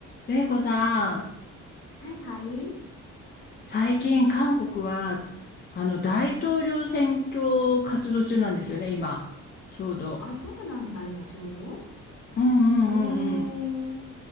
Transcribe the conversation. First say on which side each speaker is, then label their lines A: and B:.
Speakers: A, on the left; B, on the left.
A: 玲子さん、
B: はいはい。
A: 最近韓国は、あの、大統領選挙活動中なんですよね、今。ちょうど。
B: あ、そうなんだ、今ちょうど。
A: うんうんうんうん。
B: へえ、